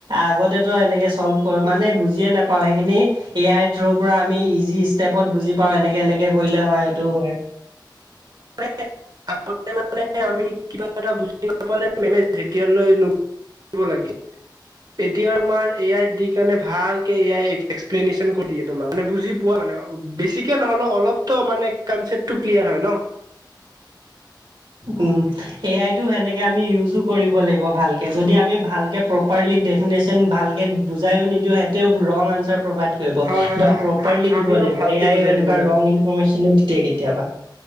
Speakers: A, on the right; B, on the right.
A: আগতেতো এনেকে চল্ভ কৰে, মানে বুজিয়ে নেপ পাওঁ, সেইখিনি এআই থ্ৰু পৰা আমি ইজি ষ্টেপত বুজি পাওঁ। পাওঁ, এনেকে এনেকে কৰিলে হয়, সেইটোও হয়।
B: মানে, আগতে মানে আমি কিবা এটা বুজি নাপালে মানে, যেতিয়ালৈ নু <unintelligible> লাগে। এতিয়া তোমাৰ এ আই দি কেনে, ভাল কে এ আই এক্সপ্লেনেশ্যন কৰি দিয়ে তোমাক। মানে বুজি পোৱা মানে, বেছিকে নহ'লেও অলপতো মানে কনচেপটো ক্লিয়াৰ হয় ন?
A: উম, এআইটো সেনেকে আমি ইউজো কৰিব লাগিব, ভালকে যদি আমি ভালকে প্ৰপাৰলি ডেফিনেশ্যন ভালকৈ বুজায়ো নিদিওঁ, সেহেঁতেও ৰং আনচাৰ প্ৰভাইড কৰি কৰিব,
B: হয়
A: একদম
B: হয়
A: প্ৰপাৰলি
B: আম
A: দিব
B: আমিও
A: লাগিব।
B: ভালকে
A: এআইও
B: বুজাই
A: এনেকুৱা
B: দিব লাগিব।
A: ৰং ইনফমেশ্যনো দি দিয়ে কেতিয়াবা।